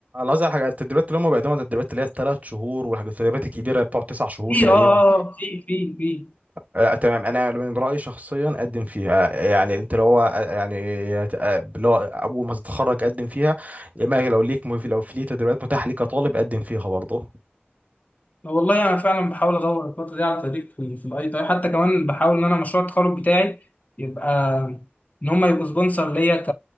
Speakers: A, on the right (about 40°); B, on the left (about 40°).
A: قصدي على الحاجات التدريبات اللي هم بيقدموها التدريبات اللي هي الثلاث شهور والحاجات التدريبات الكبيره بتقعد تسع شهور
B: في
A: تقريبا
B: اه آه، آه، في في في
A: آه، تمام انا من رايي شخصيا قدم فيها آه، يعني انت لو هو آه، يعني آه، لو اول ما تتخرج قدم فيها اما لو ليك لو في ليه تدريبات متاحه ليك كطالب قدم فيها برضه
B: والله انا فعلا بحاول ادور الفتره دي على تدريب في في الاي تي اي حتى كمان بحاول ان انا مشروع التخرج بتاعي يبقى ان هم يبقوا سبونسر ليا ك